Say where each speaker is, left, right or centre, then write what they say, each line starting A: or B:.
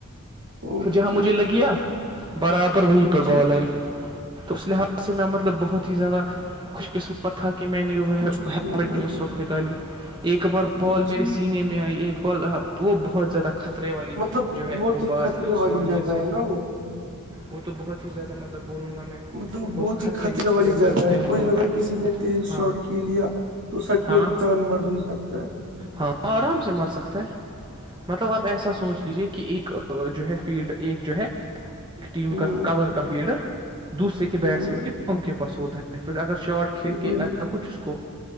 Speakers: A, on the right (about 60°); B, on the right (about 20°).
A: اوہ
B: جہاں
A: اوہ
B: مجھے لگی اب برابر وہیں
A: ہاں
B: پر
A: جی
B: بال آئی تو اس لحاظ سے میں مطلب بہت ہی زیادہ خوش قسمت تھا کہ میں نے ہیلمٹ
A: خوش قسمت
B: نہیں
A: آدمی
B: اس وقت
A: ہے
B: نکالی ایکبار
A: ہاں
B: بال
A: جی
B: میرے سینے میں ایک بال وہ بہت زیادہ ختم خطرے والی
A: مطلب
B: جو ہے
A: بہت
B: وہ
A: ہی
B: بات
A: خطرے
B: ہے اس
A: والی
B: معاملے
A: جگہ
B: سے
A: ہے نا وہ
B: وہ تو بہت ہی زیادہ مطلب بولوں گا میں
A: مطلب
B: کہ
A: بہت ہی خطرے
B: میں کھیل
A: والی
B: رہے
A: جگہ
B: ہوتے
A: ہے
B: ہیں ہم
A: کوئی
B: لوگ
A: اگر کسی نے تیز
B: ہاں
A: شاٹ کھی لیا تو سچ
B: ہاں
A: میں انسان مر بھی سکتا ہے
B: ہاں آرام سے مر سکتا ہے مطلب آپ ایسا سوچ لیجیے کہ ایک جو ہے فیلڈ ایک جو ہے ایک ٹیم
A: ہوں
B: کا کور کا لیڈر دوسرے کے
A: ہوں
B: بیٹسمین کی بس اگر شاٹ کھیل کے
A: وہی
B: آیا کچھ اس کو